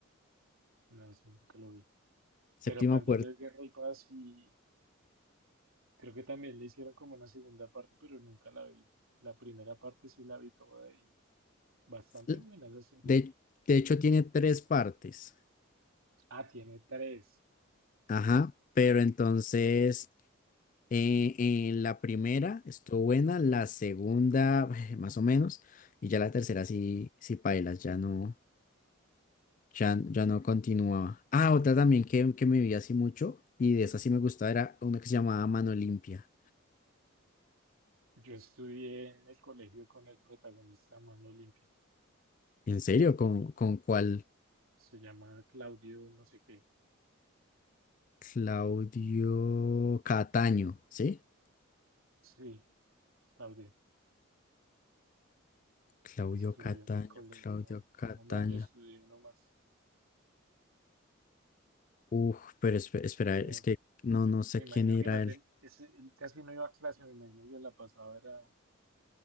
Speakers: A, on the right; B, on the left.
A: No, eso nunca lo vi.
B: Séptima
A: Pero Pandillas,
B: Puerta.
A: Guerra y Paz sí, creo que también le hicieron como una segunda parte, pero nunca la vi. La primera parte sí la vi toda y bastante
B: l-
A: buena esa serie.
B: De, de hecho, tiene tres partes.
A: Ah, tiene tres.
B: Ajá. Pero entonces Eh, en la primera estuvo buena, la segunda <sighs> más o menos, y ya la tercera sí, sí pailas, ya no, ya, ya no continuaba. Ah, otra también que, que me vi así mucho, y de esa sí me gustaba, era una que se llamaba Mano Limpia.
A: Yo estudié en el colegio con el protagonista a Mano Limpia.
B: ¿En serio? ¿Con, con cuál?
A: Se llama Claudio, no sé qué.
B: Claudio Cataño, ¿sí?
A: Sí, Claudio.
B: Claudio
A: Estudió
B: Cataño,
A: en mi colegio
B: Claudio Cataño.
A: como un año, estudió nomás.
B: Uf, pero espe- espera,
A: Pero
B: es que no, no sé
A: me imagino
B: quién era
A: que no te,
B: él.
A: ese, él casi no iba a clase, me imagino que la pasaba era